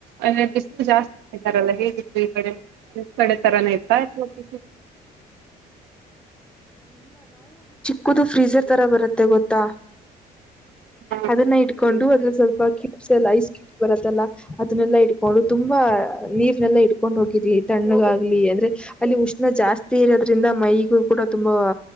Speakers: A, on the right; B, in the centre.
A: ಅಂದೆ ಬಿಸಿಲು ಜಾಸ್ತಿರಲ್ಲ ಹೇಗಿತ್ತು ಈ ಕಡೆ ಈ ಕಡೆ ತರಾನೆಯತ ಇ
B: ಕುದು ಫ್ರೀಜರ್ ತರ ಬರುತ್ತೆ ಗೊತ್ತಾ
A: ಹಾ
B: ಅದನ್ನ ಇಟ್ಕೊಂಡು
A: ಹ್ಮ್
B: ಅದ್ರ ಸ್ವಲ್ಪ ಕ್ಯೂಬ್ಸ್ ಐಸ್ ಕ್ಯ ಬರತ್ತಲ್ಲ ಅದನ್ನಲ್ಲ ಇಟ್ಕೊಂಡು ತುಂಬಾ ನೀರ್ನೆಲ್ಲಾ ಇಟ್ಕೊಂಡ್ ಹೋಗಿದರಿ ತಣ್ಣಗ ಆಗ್ಲಿ ಅಂದ್ರೆ ಅಲ್ಲಿ ಉಷ್ಣ ಜಾಸ್ತಿ ಇರೋದ್ರಿಂದ ಮೈಗೂ ಕೂಡ ತುಂಬಾ